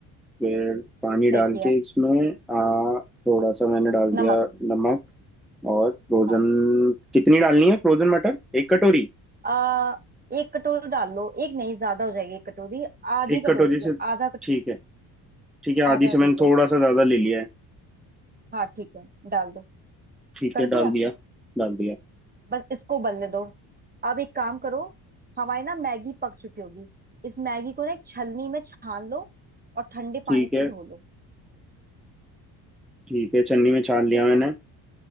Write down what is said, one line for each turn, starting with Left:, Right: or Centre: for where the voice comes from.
Centre: फिर पानी
Right: सही
Centre: डाल
Right: किया
Centre: के इसमें आ, थोड़ा सा मैंने डाल दिया
Right: नमक
Centre: नमक और फ्रोजन
Right: हाँ
Centre: कितनी डालनी है फ्रोजन मटर एक कटोरी
Right: आ, एक कटोरी डाल लो एक नहीं ज्यादा हो जाएगी एक कटोरी आधी
Centre: एक कटोरी
Right: कटोरी
Centre: से
Right: आधा कट-
Centre: ठीक है ठीक है आधी
Right: आधा
Centre: से मैंने
Right: ले
Centre: थोड़ा
Right: लो
Centre: सा ज्यादा ले लिया है
Right: हाँ ठीक है डाल दो
Centre: ठीक
Right: कर
Centre: है डाल
Right: दिया
Centre: दिया डाल दिया
Right: बस इसको बनने दो अब एक काम करो हमारी ना मैगी पक चुकी होगी इस मैगी को ना एक छलनी में छान लो और ठंडे
Centre: ठीक
Right: पानी से
Centre: है
Right: धो लो
Centre: ठीक है छन्नी में छान लिया
Right: ठीक
Centre: मैंने
Right: है